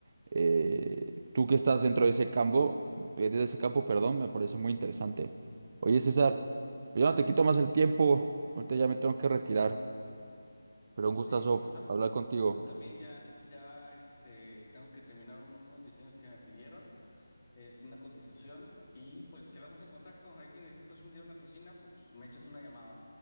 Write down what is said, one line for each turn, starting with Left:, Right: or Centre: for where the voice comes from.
Right: eh, tú que estás dentro de ese campo, eh, de ese campo, perdón, me parece muy interesante. Oye, César, yo no te quito más el tiempo, ahorita ya me tengo que retirar, pero
Left: No,
Right: un gustazo
Left: sí, yo también.
Right: hablar contigo.
Left: Yo también ya, ya este, tengo que terminar un- unos diseños que me pidieron, eh, una cotización, y pues quedamos en contacto. Ahí si necesitas un día una cocina, pues me echas una llamada.